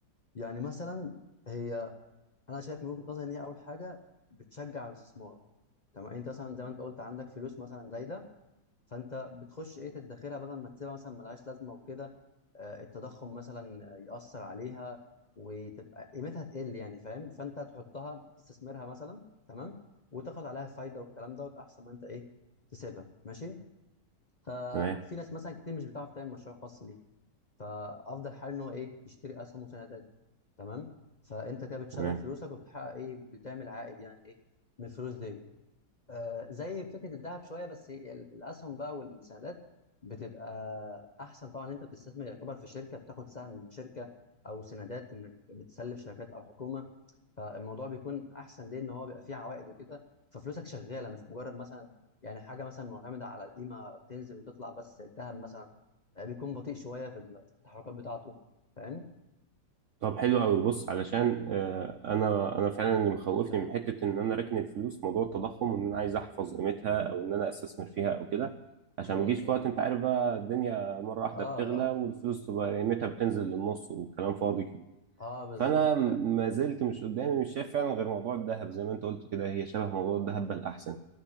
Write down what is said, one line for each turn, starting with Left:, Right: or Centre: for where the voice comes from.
Left: يعني مثلا هي انا شايف من وجهه نظري ان هي اول حاجه بتشجع على الاستثمار تمام انت مثلا زي ما انت قلت عندك فلوس مثلا زايده فانت بتخش ايه تدخرها بدل ما تسيبها مثلا ملهاش لازمه وكده آه، التضخم مثلا ياثر عليها وتبقى قيمتها تقل يعني فاهم فانت تحطها تستثمرها مثلا تمام وتاخد عليها فايده والكلام دوت احسن ما انت ايه تسيبها ماشي ففي
Right: تمام
Left: ناس مثلا كتير مش بتعرف تعمل مشروع خاص ليه فافضل حل ان هو ايه يشتري اسهم وسندات تمام فانت كده بتشغل
Right: تمام
Left: فلوسك وبتحقق ايه بتعمل عائد يعني ايه من الفلوس دي آه زي فكره الذهب شويه بس هي ال- الاسهم بقى والسندات بتبقى احسن طبعا انت بتستثمر يعتبر في شركه بتاخد سهم من شركه او سندات انك بتسلف شركات او حكومه فالموضوع بيكون احسن ليه ان هو بيبقى فيه عوائد وكده ففلوسك شغاله مش مجرد مثلا يعني حاجه مثلا معتمده على القيمه بتنزل وتطلع بس زي الذهب مثلا آه، بيكون بطيء شويه في التحركات بتاعته فاهم؟
Right: طب حلو قوي بص علشان آه، انا انا فعلا اللي مخوفني
Left: آه
Right: من حته ان انا راكن الفلوس موضوع التضخم وان انا عايز احفظ قيمتها او ان انا استثمر فيها او كده عشان
Left: م-
Right: ما اجيش في
Left: م.
Right: وقت انت عارف بقى الدنيا مره واحده
Left: اه
Right: بتغلى
Left: اه,
Right: والفلوس تبقى قيمتها بتنزل للنص وكلام فاضي كده
Left: آه بالظبط
Right: فانا
Left: فعلا
Right: ما زلت مش قدامي مش شايف فعلا غير موضوع الذهب زي ما انت قلت كده هي شبه موضوع الذهب بل احسن